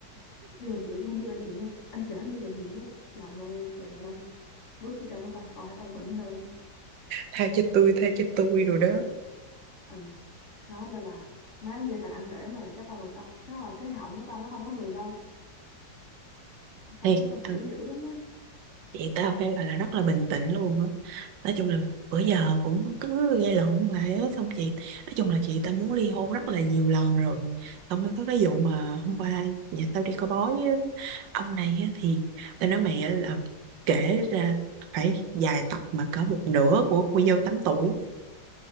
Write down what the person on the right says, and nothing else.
tha cho tôi tha cho tôi rồi đó
thiệt
ừ.
Chị tao phải gọi là rất là bình tĩnh luôn á. Nói chung là bữa giờ cũng cứ gây lộn hoài á. Xong chị, nói chung là chị tao muốn ly hôn rất là nhiều lần rồi. Xong mới có cái vụ mà hôm qua nhà tao đi coi bói á. Ông này á thì tao nói mày á là kể ra phải dài tập mà cỡ một nửa của cô dâu 8 tuổi.